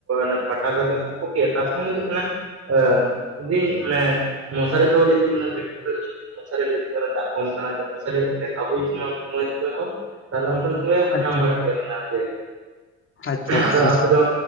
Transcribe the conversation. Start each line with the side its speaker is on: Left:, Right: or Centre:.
Right: ᱞᱟᱹᱭ <unintelligible> ᱯᱟᱴᱟ ᱨᱮ ᱞᱮ ᱥᱟᱵ ᱠᱚ ᱠᱮᱭᱟ ᱛᱟᱨᱥᱚᱝ ᱤᱫᱤᱜ ᱠᱟᱱᱟᱭ ᱟᱹ ᱡᱩᱫᱤ ᱢᱟᱱᱮ ᱢᱚᱥᱟᱨᱤ ᱫᱚ ᱡᱩᱫᱤ <unintelligible> ᱢᱟᱱᱮ ᱢᱚᱥᱟᱨᱤ ᱞᱮ ᱫᱟᱜ ᱠᱚ ᱮᱢ ᱟᱠᱟᱱᱟ ᱢᱚᱥᱟᱨᱤ ᱟᱹᱜᱩᱭ <unintelligible> ᱛᱟᱦᱟᱞᱮ ᱚᱱᱠᱟᱱ ᱥᱚᱢᱚᱭ ᱦᱚᱸ ᱠᱚ
Left: ᱟᱪᱪᱷᱟ
Right: ᱧᱟᱢ ᱵᱟᱲᱟᱜ ᱜᱮᱭᱟ ᱢᱟᱱᱮ ᱟᱨᱠᱤ
Left: ᱟᱪᱪᱷᱟ ᱟᱪᱪᱷᱟ
Right: ᱟᱫᱚ ᱟᱯᱮ ᱫᱚ